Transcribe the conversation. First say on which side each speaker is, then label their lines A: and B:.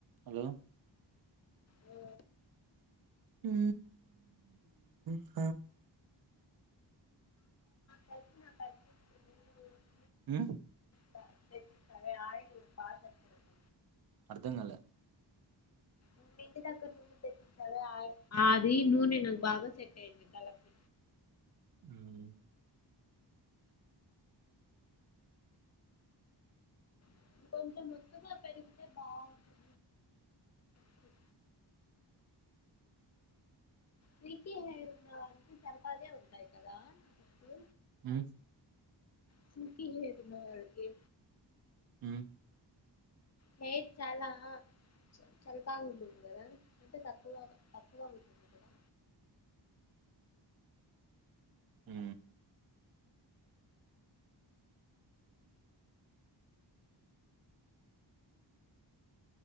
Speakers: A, on the right; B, on the left.
A: హలో
B: ఓ
A: ఊ హ
B: కలిసినా పర్సన్ <unintelligible>
A: ఉ
B: <unintelligible> ఆయిల్ బాగా <unintelligible>
A: అర్ధంగాల
B: నిన్న ఇంటి దగ్గర నుంచి తెచ్చించావే ఆ అది నూనె నాకు బాగా సెట్ అయ్యంది కలపి
A: ఉమ్
B: ఇంకా కొంచెం ఒత్తుగా పెరిగితే బాగుంటుంది <unintelligible> సిల్కీ హెయిర్ ఉన్న వాళ్ళకి సలపాగే ఉంటాయి కదా జుట్టు
A: ఉ
B: సిల్కీ హేరు ఉన్నవాళ్ళకి
A: ఉ
B: హెయిర్ చాలా చలి చలిపగా ఉంటంది కదా అంటే తక్కువగానే తకువ ఉంటంది కదా
A: ఉ